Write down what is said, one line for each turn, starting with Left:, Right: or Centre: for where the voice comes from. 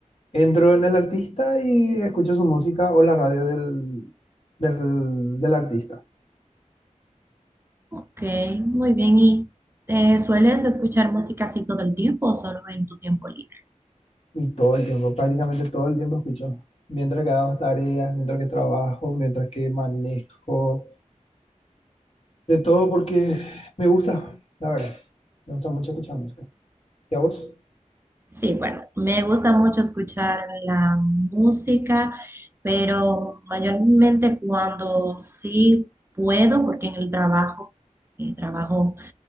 Left: entro en el artista y escucho su música o la radio del, del, del artista.
Right: Ok, muy bien. ¿Y eh, sueles escuchar música así todo el tiempo o solo en tu tiempo libre?
Left: Y todo el tiempo, prácticamente todo el tiempo escucho. Mientras que hago tareas, mientras que trabajo, mientras que manejo, de todo porque me gusta, la verdad. Me gusta mucho escuchar música. ¿Y a vos?
Right: Sí, bueno, me gusta mucho escuchar la música, pero mayormente cuando sí puedo, porque en el trabajo, eh, trabajo